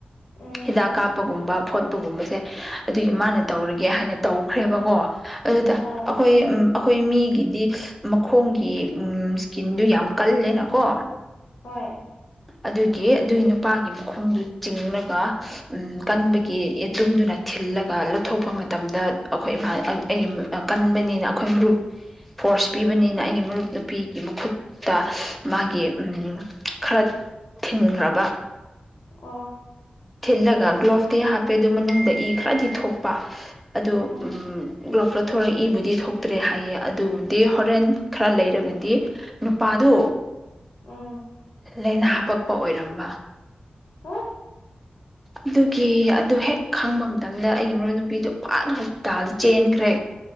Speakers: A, on the left; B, in the centre.
A: ꯎꯝ
B: ꯍꯤꯗꯥꯛ ꯀꯥꯞꯄꯒꯨꯝꯕ ꯐꯣꯠꯄꯒꯨꯝꯕꯁꯦ ꯑꯗꯨꯒꯤ ꯃꯥꯅ ꯇꯧꯔꯒꯦ ꯍꯥꯏꯅ ꯇꯧꯈ꯭ꯔꯦꯕꯀꯣ ꯑꯗꯨꯗ
A: ꯑꯥ
B: ꯑꯩꯈꯣꯏ ꯑꯩꯈꯣꯏ ꯃꯤꯒꯤ ꯗꯤ ꯃꯈꯣꯡꯒꯤ ꯎꯝ ꯏꯁꯀꯤꯟꯗꯨ ꯌꯥꯝ ꯀꯜꯂꯦꯅꯀꯣ
A: ꯍꯣꯏ
B: ꯑꯗꯨꯒꯤ ꯑꯗꯨꯏ ꯅꯨ ꯅꯨꯄꯥꯒꯤ ꯃꯈꯣꯡꯗꯨ ꯆꯤꯡꯉꯒ ꯎ ꯀꯟꯕꯒꯤ ꯌꯦ ꯇꯨꯝꯗꯨꯅ ꯊꯤꯜꯂꯒ ꯂꯧꯊꯣꯛꯄ ꯃꯇꯝ ꯃꯇꯝꯗ ꯑꯩꯈꯣꯏ ꯏꯥ ꯑꯩꯒꯤ ꯀꯟꯕꯅꯤꯅ ꯑꯩꯈꯣꯏ ꯃꯔꯨꯞ ꯐꯣꯔꯁ ꯄꯤꯕꯅꯤꯅ ꯑꯩꯒꯤ ꯃꯔꯨꯞ ꯅꯨꯄꯤꯒꯤ ꯃꯈꯨꯠꯇ ꯃꯥꯒꯤ ꯈꯔ ꯊꯤꯟꯈ꯭ꯔꯕ
A: ꯑꯣ
B: ꯊꯤꯜꯂꯒ ꯒ꯭ꯂꯣꯞꯇ ꯍꯥꯞꯄꯦ ꯑꯗꯨ ꯃꯅꯨꯡꯗ ꯏ ꯈꯔꯗꯤ ꯊꯣꯛꯄ ꯑꯗꯨ
A: ꯎꯝ
B: ꯒ꯭ꯂꯣꯞ ꯊꯣꯛꯣꯔꯛꯏꯕꯨꯗꯤ ꯊꯣꯛꯇ꯭ꯔꯦ ꯍꯥꯏꯌꯦ ꯑꯗꯨꯕꯨꯗꯤ ꯍꯣꯔꯦꯟ ꯈꯔ ꯂꯩꯔꯒꯗꯤ ꯅꯨꯄꯥꯗꯨ
A: ꯎꯝ
B: ꯂꯥꯏꯅꯥ ꯍꯥꯄꯛꯄ ꯑꯣꯏꯔꯝꯕ
A: ꯍꯥ
B: ꯑꯗꯨꯒꯤ ꯑꯗꯨ ꯍꯦꯛ ꯈꯪꯕ ꯃꯇꯝꯗ ꯑꯩꯒꯤ ꯃꯔꯣꯏ ꯅꯨꯄꯤꯗꯨꯣ ꯐꯅ ꯍꯣꯁꯄꯤꯇꯥꯜꯗ ꯆꯦꯟꯈ꯭ꯔꯦ